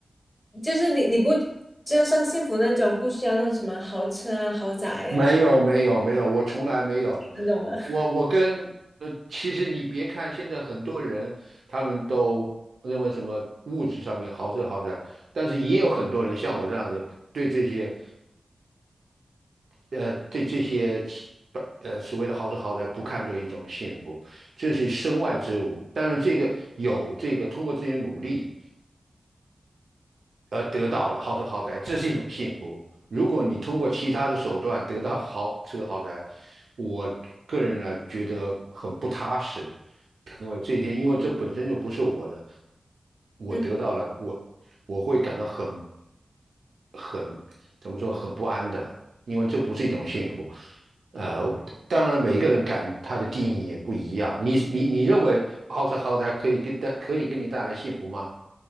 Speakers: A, on the left; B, on the right.
A: 就是你你不就像幸福那种，不需要那什么豪车啊、豪宅呀、
B: 没有没有没有，我从来没有。
A: 那种吗？<laughs>
B: 我我跟呃，其实你别看现在很多人他们都认为什么物质上面豪车豪宅，但是也有很多人像我这样子，对这些呃对这些其呃所谓的豪车豪宅不看作一种幸福，这是身外之物。当然这个有这个通过自己的努力。而得到的豪车豪宅，这是一种幸福。如果你通过其他的手段得到豪车豪宅，我个人呢觉得很不踏实，因为这一天，因为这本身就不是我的，我得到了，
A: 嗯，
B: 我我会感到很很怎么说很不安的，因为这不是一种幸福。呃，当然每个人感他的定义也不一样。你你你认为豪车豪宅可以给带可以给你带来幸福吗？